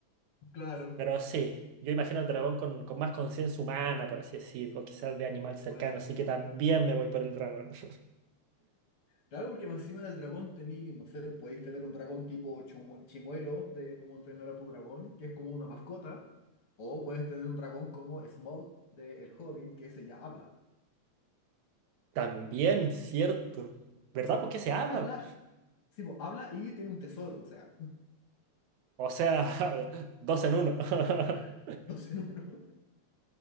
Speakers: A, on the left; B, on the right.
A: Claro,
B: Pero sí, yo imagino al dragón con, con más conciencia humana, por así decir, o quizás de animal cercano.
A: puede ser.
B: Así que también me voy por el dragón. <laughs>
A: Claro, porque más encima del dragón tení, no sé, podéis tener un dragón tipo chumue- chimuelo de cómo entrenar a tu dragón, que es como una mascota, o puedes tener un dragón como Smaug de El Hobbit, que ese ya habla.
B: También, cierto. ¿Verdad? ¿Por qué se habla?
A: Habla, sí, po, habla y tiene un tesoro, o sea,
B: O sea, <laughs> dos en uno. <laughs>
A: <laughs> dos en uno. <laughs>